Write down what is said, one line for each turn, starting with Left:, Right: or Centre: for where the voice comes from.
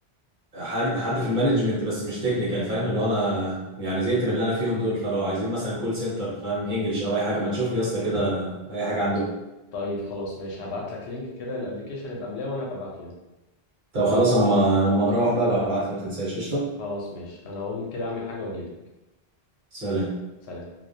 Right: حد حد في المانجمنت بس مش تكنيكال فاهم اللي هو انا يعني زهقت من اللي انا فيهم دول فلو عايزين مثلا كول سنتر فاهم انجلش او اي حاجه ما تشوف لي يا اسطى كده اي حاجه عندكم
Left: طيب خلاص ماشي هبعت لك لينك كده الابليكيشن يبقى ملاه وانا هبقى ابعته له
Right: طب خلاص اما اما نروح بقى ببعت لي ما تنساش قشطه
Left: خلاص ماشي انا هقوم كده اعمل حاجة واجيلك
Right: سلام
Left: سلام